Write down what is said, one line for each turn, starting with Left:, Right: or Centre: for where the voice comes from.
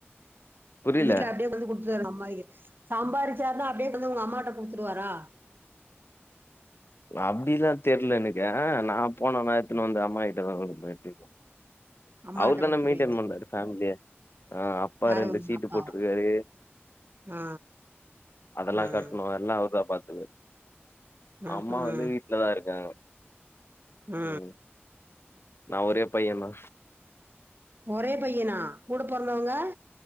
Left: புரில
Right: வீட்ல அப்டியே கொண்டந்து குடுத்துடுவாரு அம்மாக்கிட் சம்பாரிச்சாருனா அப்டியே கொண்டந்து உங்க அம்மாக்கிட்ட குடுத்துடுவாரா
Left: அப்டிலா தெர்ல எனக்கு ஆ நா போனன்னா எடுத்துன்னு
Right: ம்
Left: வந்து அம்மாக்கிட்டதா குடுப்ப
Right: அம்மா
Left: அவுர்
Right: கிட்ட
Left: தான
Right: குடுத்துருவீங்க
Left: மெயின்டென் பண்றாரு ஃபேமிலிய ஆ அப்பா
Right: யாரு
Left: ரெண்டு
Right: உங்க
Left: சீட்டு
Right: அப்பாவா
Left: போட்ருக்காரு
Right: ஆ
Left: அதெல்லா
Right: ம்
Left: கட்ணு எல்லா அவர் தா பாத்ப்பாரு
Right: ம்
Left: அம்மா
Right: ம்
Left: வந்து வீட்லதா இருக்காங்க
Right: ஆ
Left: ம் நா ஒரே பையே தா
Right: ஒரே பையனா கூட பெறந்தவங்க